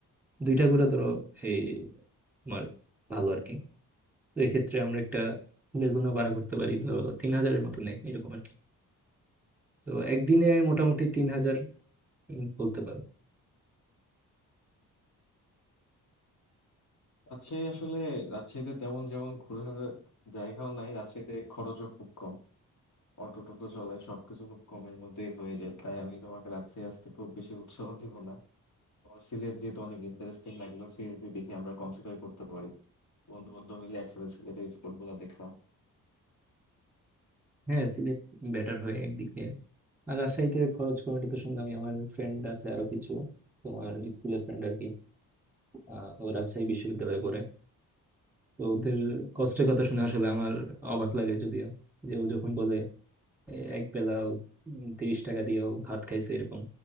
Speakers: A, in the centre; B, on the left.
A: দুইটা ঘুরা ধরো এই তোমার ভালো আর কি তো এক্ষেত্রে আমরা একটা লেগুনা ভাড়া করতে পারি ধরো তিন হাজারের মতো নেই এরকম আর কি তো একদিনে মোটামুটি তিন হাজার উম, বলতে পারো
B: রাজশাহী আসলে রাজশাহীতে তেমন যেমন ঘোরার জায়গাও নাই রাজশাহীতে খরচও খুব কম অটো টোটো চলে সবকিছু খুব কমের মধ্যেই হয়ে যায় তাই আমি তোমাকে রাজশাহী আসতে খুব বেশি উৎসাহ দিব না তোমার সিলেট যেহেতু অনেক ইন্টারেস্টিং লাগলো সিলেট দেখি আমরা কনসিডার করতে পারি বন্ধু বন্ধু মিলে একসাথে সিলেটের স্পোর্ট গুলো দেখলাম
A: হ্যাঁ সিলেট বেটার হয় একদিক দিয়ে আর রাজশাহীতে খরচ কমিটি তো শুনলাম আমার ফ্রেন্ড আছে আরো কিছু তোমার স্কুলের ফ্রেন্ড আর কি আহ, ও রাজশাহী বিশ্ববিদ্যালয়ে পড়ে তো ওদের কষ্টের কথা শুনে আসলে আমার অবাক লাগে যদিও যে ও যখন বলে এ, এক বেলা ও, উম, তিরিশ টাকা দিয়েও ভাত খাইছে এরকম